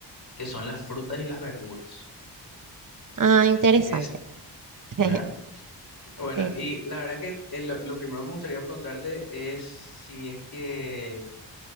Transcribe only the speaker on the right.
Ah, interesante.
<laughs>
Sí.